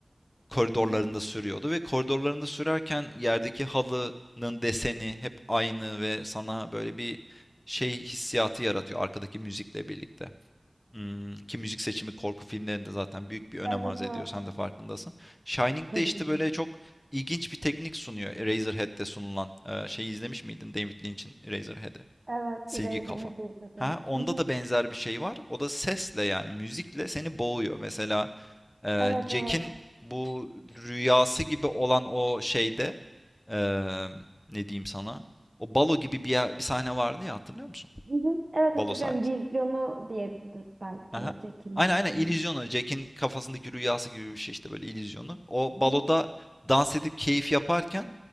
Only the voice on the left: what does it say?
koridorlarında
sürüyordu ve koridorlarında sürerken yerdeki halının deseni hep aynı ve sana böyle bir şey hissiyatı yaratıyor arkadaki müzikle birlikte. Hmm, ki müzik seçimi korku filmlerinde zaten büyük bir önem
arz
ediyor. Sen de farkındasın. Shining'de
işte
böyle
çok ilginç bir teknik sunuyor. Eraserhead'de sunulan e, şeyi izlemiş miydin? David Lynch'in Eraserhead'i.
Silgi
kafa.
Ha, onda
da benzer bir şey var. O da sesle yani müzikle seni boğuyor. Mesela ee,
Jack'in
bu rüyası gibi olan o şeyde ee, ne diyeyim sana? O balo gibi bir, yer- bir sahne vardı ya hatırlıyor musun?
Balo
sahnesi.
Aha.
Aynen
aynen illüzyonu. Jack'in kafasındaki rüyası gibi bir şey işte böyle illüzyonu. O baloda
dans edip keyif yaparken